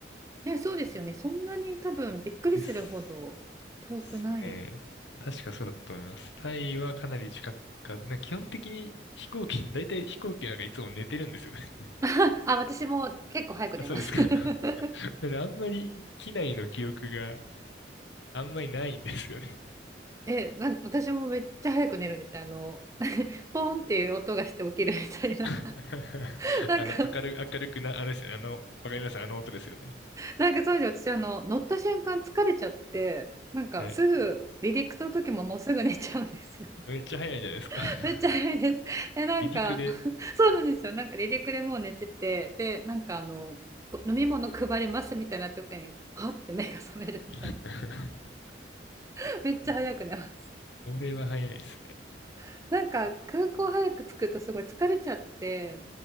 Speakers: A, on the right; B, on the left.
A: ね、そうですよね。そんなに多分びっくりするほど遠くない。
B: です。すね。確かそうだと思います。タイはかなり近くか、なんか基本的に飛行機、<laughs> 大体飛行機なんかいつも寝てるんですよね。
A: <laughs> あ、私も結構早く寝ます。
B: <laughs> あ、そうですか。
A: <laughs>
B: <laughs> なんであんまり機内の記憶があんまりないんですよね。
A: え、なん私もめっちゃ早く寝るんですよ。あの、ポンっていう音がして起きるみたいな。
B: <laughs>
A: <laughs> なんか、
B: あの、明る、明るくな、あれですよね。あの、わかりますあの音ですよね。
A: なんか当時私、あの、乗った瞬間疲れちゃって、なんかすぐ離陸の時ももうすぐ寝ちゃうんですよ。
B: はい。めっちゃ早いじゃないですか。
A: <laughs>
B: <laughs>
A: めっちゃ早いです。え、なんか、
B: 離陸で。
A: <laughs> そうなんですよ。なんか離陸でもう寝てて、で、なんかあの、こう飲み物配りますみたいな時に、はって目が覚めるみたいな。
B: <laughs>
A: <laughs> めっちゃ早く寝ます。
B: それは早いですね。
A: <laughs> なんか空港早く着くとすごい疲れちゃって、